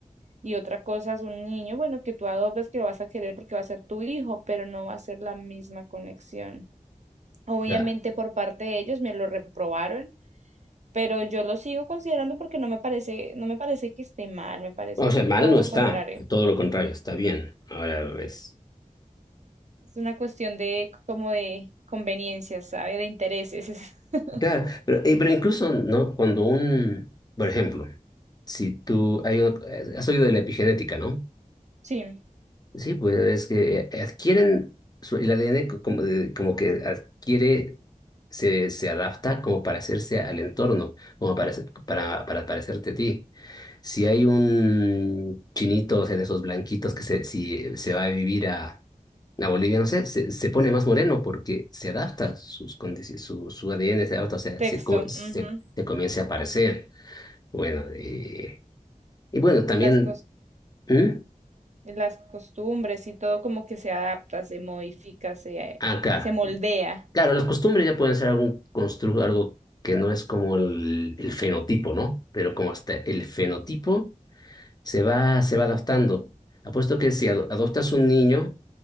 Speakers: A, on the right (about 55°); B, on the left (about 30°).
A: y otra cosa es un niño, bueno, que tú adoptas, que lo vas a querer porque va a ser tu hijo, pero no va a ser la misma conexión. Obviamente
B: Ya.
A: por parte de ellos me lo reprobaron. Pero yo lo sigo considerando porque no me parece, no me parece que esté mal, me parece
B: O sea, mal
A: todo
B: no
A: lo
B: está,
A: contrario.
B: todo lo contrario, está bien. Ahora es
A: Es una cuestión de como de conveniencias, ¿sabe? De intereses. es- <laughs>
B: Claro, pero, eh, pero incluso, ¿no? Cuando un, por ejemplo, si tú, hay, un- eh, has oído de la epigenética, ¿no?
A: Sí,
B: Sí, pues es que eh, adquieren, su- el ADN co- como, de- como que adquiere, se, se adapta como para hacerse al entorno, como para, hacer- para, para parecerte a ti. Si hay un chinito, o sea, de esos blanquitos que se, si se va a vivir a, a Bolivia, no sé, se, se pone más moreno porque se adapta, sus condici- su, su ADN se adapta, o sea,
A: texto.
B: se, co- se,
A: ujú,
B: se comienza a parecer. Bueno, eh, y bueno, también...
A: Y las cos-
B: ¿Mm?
A: y las costumbres y todo como que se adapta, se modifica, se, eh,
B: Ah, claro.
A: se moldea.
B: Claro, las costumbres ya pueden ser algún constru- algo que no es como el, el fenotipo, ¿no? Pero como hasta el fenotipo se va, se va adaptando. Apuesto que si ado- adoptas un niño,